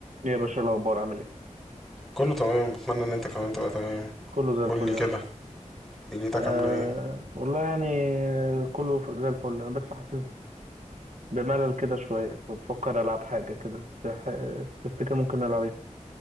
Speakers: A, on the right (about 70°); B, in the centre.
A: إيه يا باشا إيه الأخبار عامل إيه؟
B: كله تمام اتمنى ان انت كمان تبقى تمام
A: كله زي الفل
B: قول لي كده
A: يا باشا
B: دنيتك
A: آه
B: عامله ايه
A: والله يعني كله ف- زي الفل أنا بس حاسس بملل كده شوية فبفكر ألعب حاجة كده تح- تفتكر ممكن نلعب إيه؟